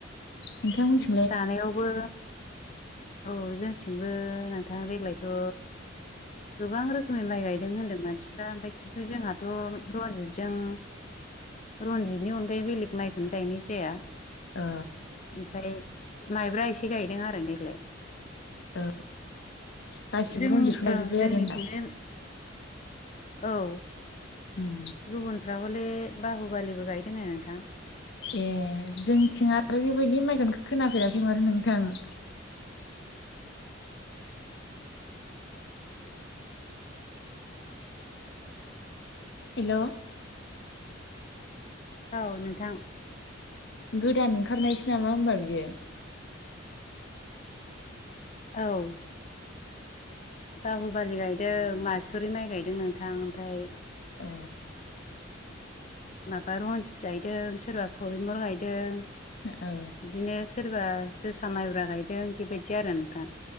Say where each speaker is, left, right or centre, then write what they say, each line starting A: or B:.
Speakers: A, on the left (about 65°); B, on the left (about 40°).
A: नोंथां मोन्थिं
B: दानायावबो औ जोंथिंबो नोंथां देग्लायथ' गोबां रोखोमनि माइ गायदों होनदों मानसिफ्रा ओमफाय खिन्थु जोंहाथ' रनजितजों रनजितनि अनगायै बेलेग माइखौनो गायनाय जाया
A: ओ
B: ओमफ्राय माइब्रा एसे गायदों आरो देग्लाय।
A: ओ गासिबो
B: जों
A: रनजितखौ गायजोब्बाय
B: ओं जोंनिथिंजाय
A: आरो होमबा
B: औ
A: उम
B: गुबुनफ्रा हले बाहु बालिबो गायदों नो नोंथां।
A: ए जोंथिं आरो बेबायदि माइखोनो खोनाफेराखै माथो नोंथां
B: <inaudible> <inaudible>
A: हेल'
B: औ नोंथां।
A: गोदान ओंखारनायसो नामा होमबा बियो
B: औ बाहु बालि गायदों मासुरि माइ गायदों नोंथां ओमफाय
A: ओ
B: माबा रनजित गायदों सोरबा फरिमल गायदों
A: हो औ
B: बिदिनो सोरबा जोसा माइब्रा गायदों बेबायदि आरो नोंथां।